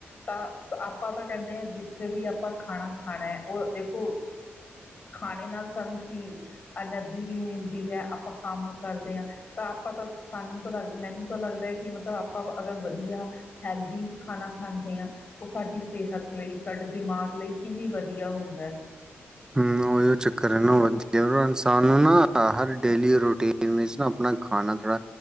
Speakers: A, on the left (about 40°); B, on the right (about 15°).
A: ਤਾਂ ਸ, ਆਪਾਂ ਤਾਂ ਕੈਂਦੇ ਆ ਜਿੱਥੇ ਵੀ ਆਪਾਂ ਖਾਣਾ ਖਾਣੈ ਐ ਓ ਦੇਖੋ ਖਾਣੇ ਨਾਲ ਸਾਨੂੰ ਕੀ ਅਨਰਜੀ ਵੀ ਮਿਲਦੀ ਐ, ਆਪਾਂ ਕਾੰਮ ਕਰਦੇ ਆਂ ਤਾਂ ਆਪਾਂ ਤੋ ਸਾਨੂੰ ਤੋ ਲੱਗ ਮੈਨੂੰ ਤਾ ਲੱਗਦੈ ਕਿ ਮਤਲਬ ਆਪਾਂ ਅਗਰ ਵਦੀਆ, ਹੈਲਦੀ ਖਾਨਾ ਖਾਂਦੇ ਆਂ ਓ ਸਾਡੀ ਸੇਹਤ ਲਈ, ਸਾਡੇ ਦਿਮਾਗ ਲਈ ਕਿੰਨੀ ਵਦੀਆ ਹੁੰਦੈ।
B: ਹੂੰ ਓਈ ਓ ਚੱਕਰ ਐ ਨਾ, ਵਦੀਆ ਇਨਸਾਨ ਨੂੰ ਨਾ ਹਰ ਡੇਲੀ ਰੂਟੀਨ ਚ ਨਾ ਆਪਣਾ ਖਾਨਾ ਥੋੜਾ,